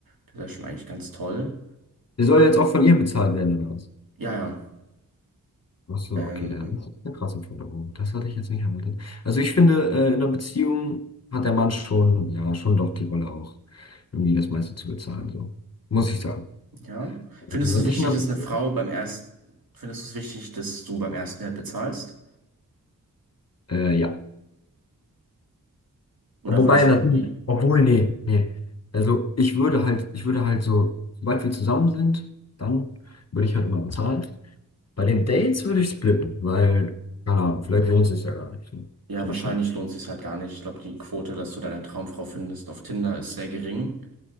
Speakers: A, on the right; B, on the left.
A: Das wäre schon eigentlich ganz toll.
B: der soll jetzt auch von ihr bezahlt werden oder was?
A: Ja, ja.
B: Ach so,
A: Ähm,
B: okay, ja, das ist eine krasse Forderung. Das hatte ich jetzt nicht erwartet. Also, ich finde, äh, in einer Beziehung hat der Mann schon, ja, schon doch die Rolle auch, irgendwie das meiste zu bezahlen, so. Muss ich sagen.
A: ja.
B: Also,
A: Findest
B: Wenn
A: du es wichtig,
B: ich in einer
A: dass
B: Beziehung,
A: eine Frau beim ersten, findest du es wichtig, dass du beim ersten Date bezahlst?
B: äh, ja.
A: Oder
B: Wobei
A: würdest
B: natürlich,
A: du auch die,
B: obwohl, nee, nee. Also, ich würde halt, ich würde halt so, sobald wir zusammen sind, dann würde ich halt immer bezahlen. Bei den Dates würde ich splitten, weil, keine Ahnung, vielleicht lohnt es sich ja gar nicht. Was
A: ja,
B: denkst
A: wahrscheinlich
B: du?
A: lohnt sich halt gar nicht. Ich glaube, die Quote, dass du deine Traumfrau findest auf Tinder ist sehr gering.